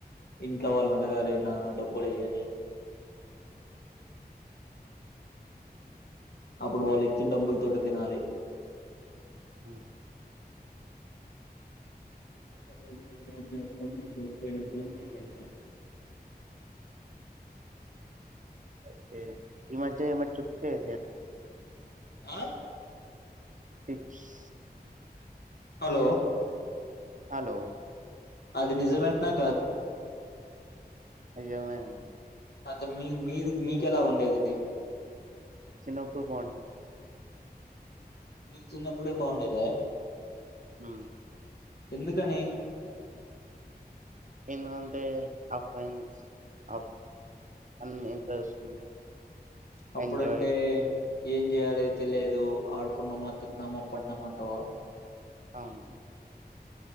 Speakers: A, on the left (about 75°); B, on the right (about 50°).
A: ఇంట్లో వాళ్ళనీ అడగాలి నాన్న డబ్బులుయ అని అప్పుడు వాళ్ళు ఇచ్చిన డబ్బుల తోటి తినాలి
B: హ
A: ఇప్పుడు మం జాబ్ చేస్తాం మన వస్తయే డబ్బులు మనం వెళ్తాం
B: అతే ఈ మద్య ఏమైనా చెప్తే చే
A: ఆ
B: టిప్స్
A: హలో
B: హలో
A: అది నిజమేన్నా కాదు
B: నిజమే అండి
A: అ తని మి మీది మీకెలా ఉండేది
B: చిన్నప్పుడు బాగుండేదండి
A: మీకు చిన్నప్పుడే బాగుండేదా,
B: ఊ
A: ఎందుకని
B: ఎందుకంటే <unintelligible> అన్ని తెలుస్తున్నాయి
A: అప్పుడుంటే
B: ఎంజాయ్
A: ఏం చేయాలో తెలియదు ఆ అడుకున్నమా తిన్నామ పడ్నమంటావా
B: అవును అండి